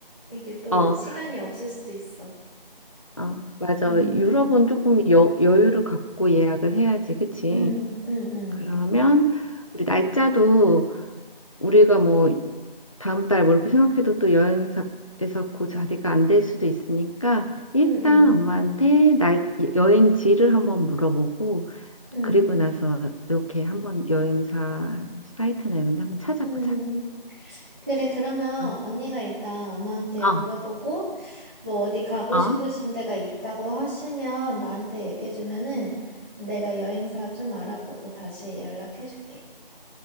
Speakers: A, on the right (about 15°); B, on the left (about 35°).
A: 이게 또
B: 어.
A: 시간이 없을 수도 있어.
B: 아, 맞아.
A: 음,
B: 유럽은 조금 여, 여유를 갖고 예약을 해야지, 그치?
A: 음, 음, 음,
B: 그러면 우리 날짜도 우리가 뭐 다음 달 뭐 이렇게 생각해도 또 여행사에서 그 자리가 안될 수도 있으니까 일단
A: 음,
B: 엄마한테 날 여행지를 한번 물어보고
A: 음,
B: 그리고 나서 이렇게 한번 여행사 사이트나 이런 데 한번 찾아보자.
A: 음, 음. 그래, 그러면
B: 어,
A: 언니가 일단 엄마한테
B: 어,
A: 물어보고, 뭐 어디 가고
B: 어,
A: 싶으신 데가 있다고 하시면 나한테 얘기해주면은 내가 여행사 좀 알아보고 다시 연락해줄게.